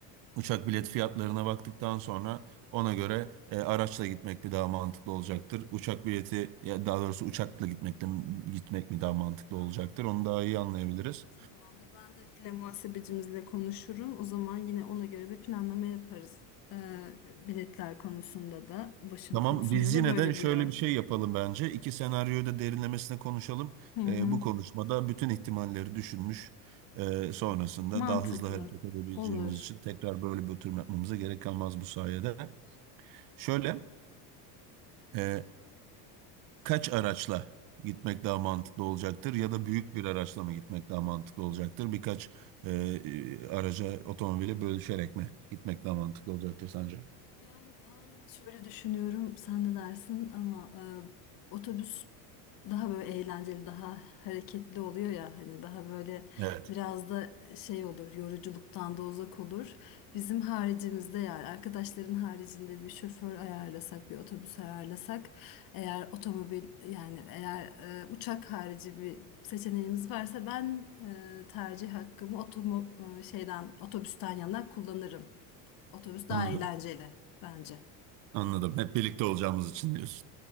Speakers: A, on the right; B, on the left.
A: Uçak bilet fiyatlarına baktıktan sonra ona göre e, araçla gitmek mi daha mantıklı olacaktır? Uçak bileti ya daha doğrusu uçakla gitmek de, gitmek mi daha mantıklı
B: Tamam,
A: olacaktır? Onu
B: tamam.
A: daha iyi anlayabiliriz.
B: Tamamdır. Ben de yine muhasebecimizle konuşurum. O zaman yine ona göre bir planlama yaparız. Ee, biletler konusunda da, ulaşım
A: Tamam,
B: konusunda
A: biz
B: da
A: yine
B: böyle
A: de şöyle
B: bir yol.
A: bir şey yapalım bence. İki senaryoyu da derinlemesine konuşalım.
B: Hı hı.
A: E, bu konuşmada bütün ihtimalleri düşünmüş, e, sonrasında
B: Mantıklı.
A: daha hızlı hareket edebileceğimiz
B: Olur.
A: için tekrar böyle bir oturum yapmamıza gerek kalmaz bu sayede. Şöyle. e, kaç araçla gitmek daha mantıklı olacaktır ya da büyük bir araçla mı gitmek daha mantıklı olacaktır? Birkaç e, e, araca, otomobile bölüşerek mi gitmek daha mantıklı olacaktır sence?
B: Yani ben şöyle düşünüyorum, sen ne dersin ama e, otobüs daha böyle eğlenceli, daha hareketli oluyor ya hani daha böyle
A: Evet,
B: biraz da şey olur, yoruculuktan da uzak olur. Bizim haricimizde yani arkadaşların haricinde bir şoför ayarlasak, bir otobüs ayarlasak, eğer otomobil yani eğer e, uçak harici bir seçeneğimiz varsa ben e, tercih hakkımı otomo e, şeyden otobüsten yana kullanırım. Otobüs daha
A: anladım.
B: eğlenceli bence.
A: Anladım. Hep birlikte olacağımız için diyorsun.